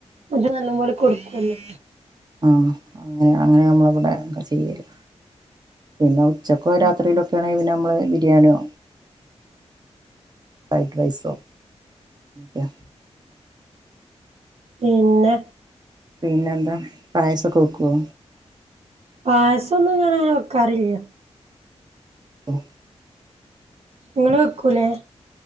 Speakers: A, on the right; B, on the right.
A: ഇത് <inaudible> നല്ലംപോലെ കൊടുക്കുഅല്ലെ
B: ആഹ.. അങ്ങനെഅങ്ങനെ നമ്മളവിടെ ക്കെ ചെയ്യല് പിന്നെ ഉച്ച ഇപ്പൊ രാത്രിയിലൊക്കെ ആണെങ്കിൽ പിന്നേന്നെ നമ്മൾ ബിരിയാണിയോ ഫ്രൈഡ് റൈസോ <inaudible>
A: പിന്നെ..
B: പിന്നെന്താ പായസ വെക്കോ
A: പായസന്നും ഇങ്ങനെക്കറില്ല
B: ഉം
A: നിങ്ങള് വെക്കൂലേ